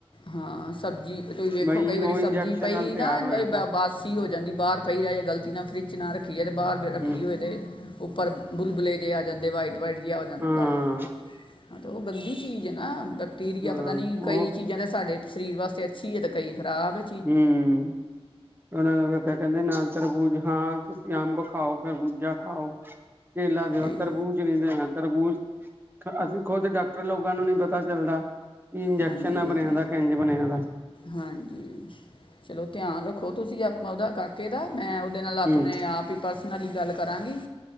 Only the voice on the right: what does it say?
ਬਈ
ਉਹ
ਇੰਜੈਕਸ਼ਨ
ਨਾਲ
ਤਿਆਰ
ਹੋਇਆ
ਹੂੰ
ਹਾਂ
ਹਾਂ
ਉਹ
ਹੂੰ, ਓਹਨਾਂ ਨਾ ਫੇਰ ਫੇਰ ਕੈੰਦੇ ਨਾ ਤਰਬੂਜ ਹਾ ਤੁਸੀ ਅੰਬ ਖਾਓ, ਖਰਬੂਜਾ ਖਾਓ। ਕੇਲਾ ਦੇਓ,
ਤਰਬੂਜ ਜਿਵੇ ਦਾ ਆ ਤਰਬੂਜ ਅਸੀ ਖੋਦ ਡਾਕਟਰ ਲੋਗਾ ਨੂੰ ਨੀ ਪਤਾ ਚੱਲਦਾ। ਬੀ ਇੰਜੈਕਸ਼ਨ
ਨਾ
ਬਣਿਆ ਦੈ ਕੇ ਏੰਜ ਬਣਿਆ ਦੈ।
ਹੂੰ